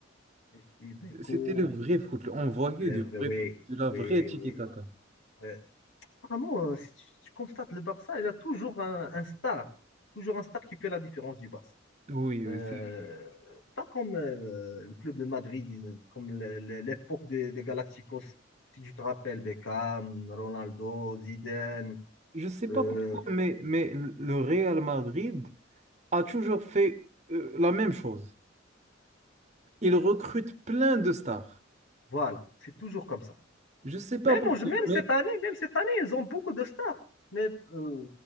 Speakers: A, on the left; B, on the right.
A: Et si découvre
B: C'était le vrai foot. On voyait
A: les
B: du
A: vrais,
B: vrai
A: oui,
B: foot, de la vraie
A: oui,
B: tiki-taka.
A: oui. ouais. Vraiment, euh, si tu, tu constates, le Barça, il a toujours un, un star. Toujours un star qui fait la différence du Barça.
B: Oui,
A: Euh,
B: oui, c'est-
A: pas comme euh, le club de Madrid, ils- comme le- le- l'époque des, des Galacticos. Si tu te rappelles, Beckham, Ronaldo, Zidane,
B: je sais
A: euh,
B: pas pourquoi, mais, mais le Real Madrid a toujours fait euh, la même chose. Il recrute plein de stars.
A: voilà, c'est toujours comme ça.
B: Je sais pas
A: Même,
B: pourquoi,
A: en- même
B: mais
A: cette année, même cette année, ils ont beaucoup de stars. Mais euh,